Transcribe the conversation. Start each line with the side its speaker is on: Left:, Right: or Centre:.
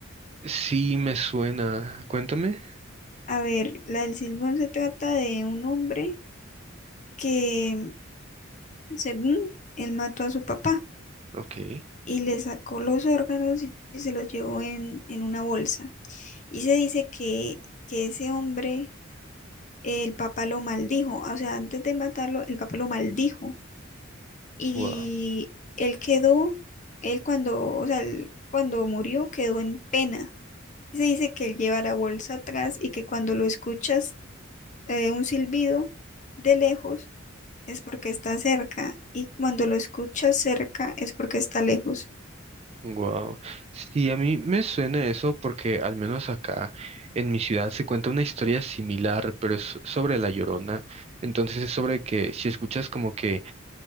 Right: Sí, me suena. Cuéntame.
Left: A ver, la del silbón se trata de un hombre que, según él mató a su papá
Right: Ok.
Left: y le sacó los órganos y, y se los llevó en, en una bolsa. Y se dice que, que ese hombre, el papá lo maldijo. O sea, antes de matarlo, el papá lo maldijo. Y
Right: Wow.
Left: él quedó, él cuando, o sea, él cuando murió quedó en pena Se dice que él lleva la bolsa atrás y que cuando lo escuchas eh, un silbido de lejos es porque está cerca y cuando lo escuchas cerca es porque está lejos.
Right: Wow. Sí, a mí me suena eso porque al menos acá en mi ciudad se cuenta una historia similar, pero es sobre la Llorona. Entonces es sobre que si escuchas como que